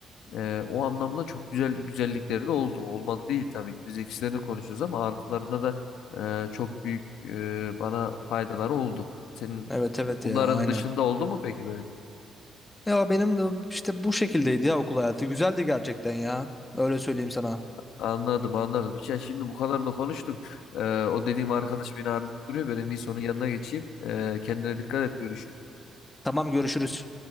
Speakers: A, on the left; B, on the left.
A: Ee, o anlamda çok güzel güzellikleri de oldu. Olmadı değil tabii ki. Biz eksilerini konuşuyoruz ama artılarına da e, çok büyük e, bana faydaları oldu. Senin
B: Evet evet
A: bunların
B: ya aynen.
A: dışında oldu mu peki böyle?
B: Ya benim de işte bu şekildeydi ya okul hayatı. Güzeldi gerçekten ya. Öyle söyleyeyim sana.
A: Anladım anladım. Ya şimdi bu kadar da konuştuk. Ee, o dediğim arkadaş beni arayıp duruyor. Ben en iyisi onun yanına geçeyim. Ee, kendine dikkat et. Görüşürüz.
B: Tamam görüşürüz.